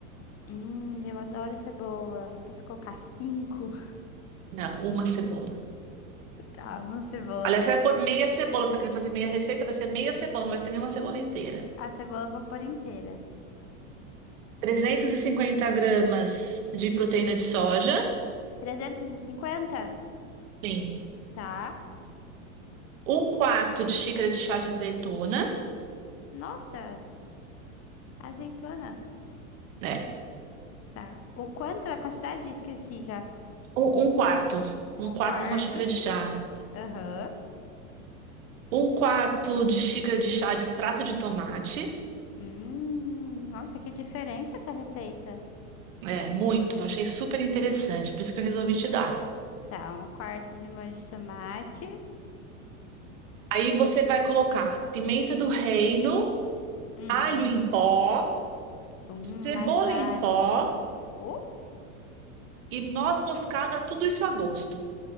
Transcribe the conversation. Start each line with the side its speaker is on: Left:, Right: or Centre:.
Left: Hum, eu adoro cebola. Posso colocar cinco? <laughs>
Right: Não, uma cebola.
Left: Tá, uma cebola.
Right: Aliás, você vai pôr meia cebola, se você quiser fazer meia receita, vai ser meia cebola, não vai ter nenhuma cebola inteira.
Left: A cebola vapor inteira.
Right: 350 gramas de proteína de soja,
Left: trezentos e cinquenta,
Right: sim.
Left: Tá.
Right: Um quarto de xícara de chá de azeitona,
Left: Nossa, azeitona.
Right: né?
Left: Tá. O quanto? A quantidade? Esqueci já.
Right: Um, um quarto. Um
Left: Um
Right: quarto
Left: quarto.
Right: de uma xícara de chá.
Left: Aham.
Right: Um quarto de xícara de chá de extrato de tomate.
Left: Hum, nossa, que diferente essa receita.
Right: É, muito. Achei super interessante, por isso que eu resolvi te dar.
Left: Tá, um quarto de molho de tomate.
Right: Aí você vai colocar pimenta do reino,
Left: Uhum.
Right: alho em pó,
Left: Hum,
Right: cebola
Left: mais alho.
Right: em pó
Left: Uh,
Right: e noz moscada, tudo isso a gosto,